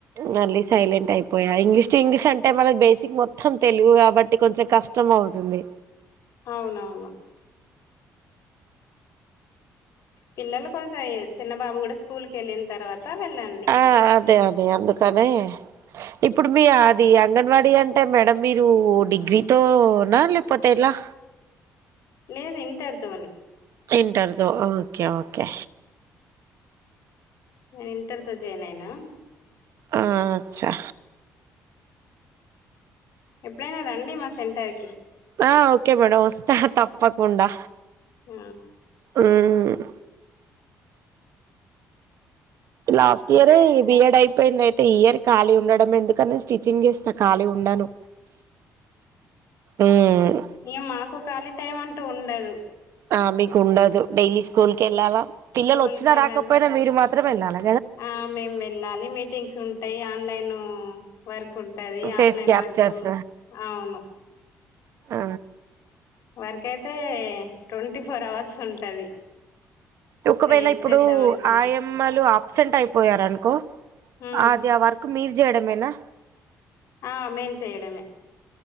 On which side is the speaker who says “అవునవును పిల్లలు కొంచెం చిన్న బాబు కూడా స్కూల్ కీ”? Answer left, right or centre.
Left